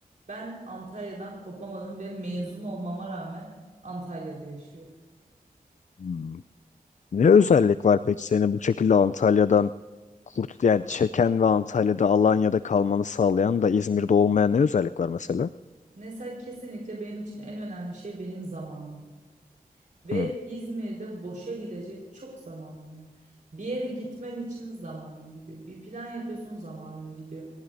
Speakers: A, on the right; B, on the left.
A: ben Antalya'dan kopamadım ve mezun olmama rağmen Antalya'da yaşıyorum.
B: Hmm. Ne özellik var peki seni bu şekilde Antalya'dan kurt yani çeken ve Antalya'da Alanya'da kalmanı sağlayan da İzmir'de olmayan ne özellik var mesela?
A: Mesela kesinlikle benim için en önemli şey benim zamanım. Ve
B: Hmm.
A: İzmir'de boşa gidecek çok zamanın var. Bir yere gitmen için zamanın gidiyor. Bir plan yapıyorsun zamanın gidiyor.